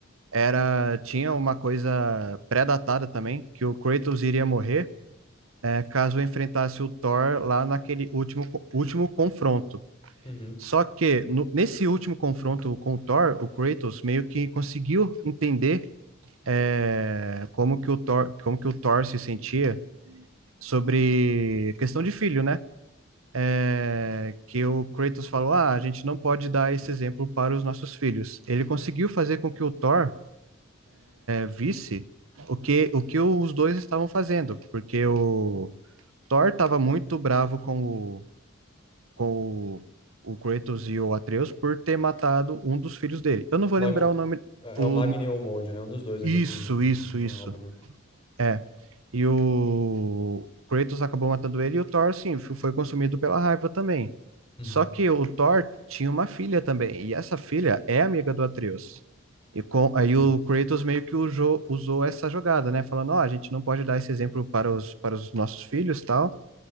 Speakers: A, on the right; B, on the left.
A: era tinha uma coisa pré-datada também, que o Kratos iria morrer é, caso enfrentasse o Thor lá naquele último, co- último confronto.
B: Uhum.
A: Só que no- nesse último confronto com o Thor, o Kratos meio que conseguiu entender é, como que o Thor, como que o Thor se sentia sobre questão de filho, né? É, que o Kratos falou, ah, a gente não pode dar esse exemplo para os nossos filhos. Ele conseguiu fazer com que o Thor visse o que, o que os dois estavam fazendo, porque o Thor estava muito bravo com o, com o, o Kratos e o Atreus por ter matado um dos filhos dele. Eu não vou
B: Mag-
A: lembrar o nome.
B: É
A: O...
B: é o Magni ou o Mojo, né? Um dos dois
A: Isso,
B: ali que... hum,
A: isso,
B: Uma
A: isso.
B: obra, né?
A: É. E o Kratos acabou matando ele e o Thor, sim, f- foi consumido pela raiva também.
B: Uhum.
A: Só que o Thor tinha uma filha também, e essa filha é amiga do Atreus. E com, aí
B: Sim.
A: o Kratos meio que usou, usou essa jogada, né? Falando, ó, a gente não pode dar esse exemplo para os, para os nossos filhos, tal.